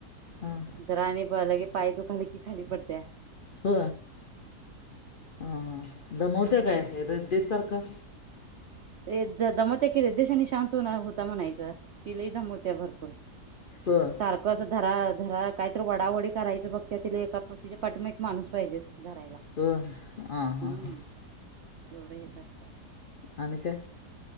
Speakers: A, on the left; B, on the right.
A: हां
B: जरा आणि पला की पाय दुखाला की खाली पडते
A: ह हम दमवत्या काय हे र तेच सारखं
B: रे ज दमवत्या क र देशाने शांत होता म्हणायचा तिलाही दमवत्या भरपूर सारखं
A: होय
B: असं धरा धरा कायतरी वडावडी करायचं बघ त्यातीलिला एका तिच्या पाठीमा एक माणूस पाहिजे रायला
A: होय हां
B: हम्म
A: हां हां
B: एवढे हे करत
A: आणि काय